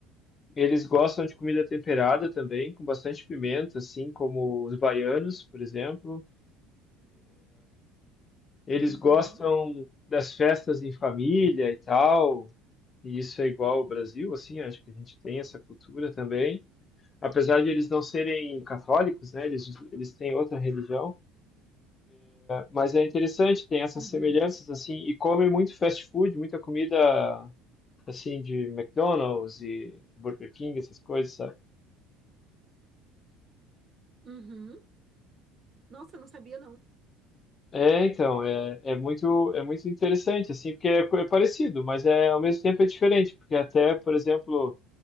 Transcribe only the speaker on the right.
Uhum.
Uhum.
Uhum. Nossa, eu não sabia, não.